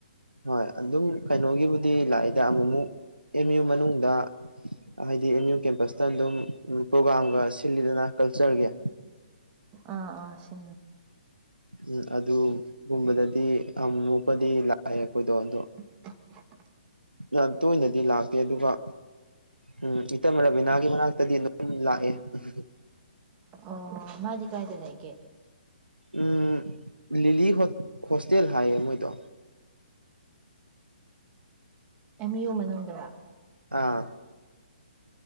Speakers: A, on the right; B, on the right.
A: ꯍꯣꯏ ꯑꯗꯨꯝ ꯀꯩꯅꯣꯒꯤꯕꯨꯗꯤ ꯂꯥꯛꯏꯗ ꯑꯃꯨꯛꯃꯨꯛ ꯑꯦꯝ ꯌꯨ ꯃꯅꯨꯡꯗ ꯍꯥꯏꯗꯤ ꯑꯦꯟ ꯌꯨ ꯀꯦꯝꯄꯁꯇ ꯑꯗꯨꯝ ꯄ꯭ꯔꯣꯒꯥ꯭ꯔꯥꯝꯒ ꯁꯤꯜꯂꯤꯗꯅ ꯀꯜꯆꯔꯒꯤ
B: ꯑꯥ ꯑꯥ ꯁꯤ
A: ꯎꯝ ꯑꯗꯨꯒꯨꯝꯕꯗꯗꯤ ꯑꯃꯃꯨꯛꯀꯗꯤ ꯂꯥꯛꯑꯦ ꯑꯩꯈꯣꯏꯗꯣ ꯑꯗꯣ
B: <unintelligible>
A: ꯌꯥꯝ ꯇꯣꯏꯅꯗꯤ ꯂꯥꯛꯇꯦ ꯑꯗꯨꯒ ꯎꯝ ꯏꯇꯝ ꯔꯥꯕꯤꯅꯥꯒꯤ ꯃꯅꯥꯛꯇꯗꯤ ꯑꯗꯨꯝ ꯂꯥꯛꯑꯦ ꯎꯝ
B: ꯑꯣ ꯃꯥꯗꯤ ꯀꯥꯏ ꯆ ꯂꯩꯥꯏ
A: ꯎꯝ ꯂꯤꯂꯤ ꯍꯣꯁꯇꯦꯜ ꯍꯥꯏꯌꯦ ꯃꯣꯏꯗꯣ
B: ꯑꯦꯝ ꯌꯨ ꯃꯅꯨꯡꯗ
A: ꯑꯥ